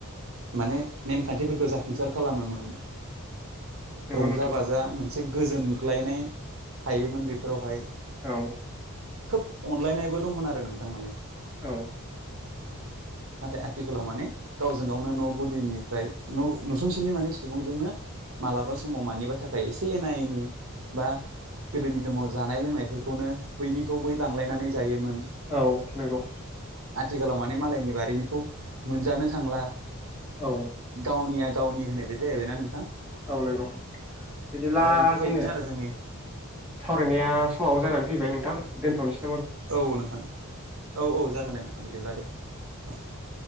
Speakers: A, on the right; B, in the centre.
A: माने नेमखान्थिफोरखौ जाफुंसार खालामोमोन ।
B: नंगौ
A: रंजा
B: नोंथां
A: बाजा मोनसे गोजोनग्लायनाय थायोमोन बेफोरावहाय ।
B: औ ।
A: खोब अनलायनायबो दंमोन आरो नोंथां माने
B: औ ।
A: <inaudible> नाथाय आथिखालाव माने गावजों गावनो न' गुदिनिफ्राय न' न'सुंसेनि माने सुबुंजोंनो मालाबा समाव मानिबा थाखाय एसे एना एनि बा गोदोनि दङ जानाय लोंनायफोरखौनो बैनिखौ बै लांलायनानै जायोमोन ।
B: औ नंगौ ।
A: आथिखालाव माने मालायनि बारिनिखौ मोनजानो थांला
B: औ
A: गावनिया गावनि होनाय बे जाहैबायना नोंथां ।
B: औ नोंगौ बिदिब्ला
A: बेफोरबायदिनो
B: जोंनिया
A: आरो जोंनि
B: सावरायनाया समावबो जानानै फैबाय नोंथां दोनथ'नोस
A: औ नोंथां औ औ जागोन दे नोंथां बिदिब्ला दे । अ ।